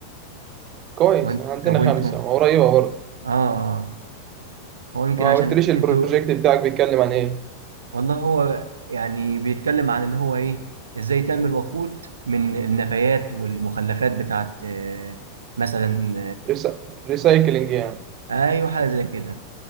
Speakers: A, on the right (about 35°); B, on the right (about 70°).
A: كويس
B: وانت
A: عندنا
B: طب وانتوا
A: خمسة قريبة برضه
B: اه آه. هو يمكن
A: ما
B: عشان
A: قلتليش البروجكت
B: انتوا
A: بتاعك بيتكلم عن ايه
B: والله هو يعني بيتكلم عن ان هو ايه ازاي تم الوقود من النفايات والمخلفات بتاعت آه، مثلا
A: ريسا... ريسايكلينج يعني
B: آه، ايوه حاجه زي كده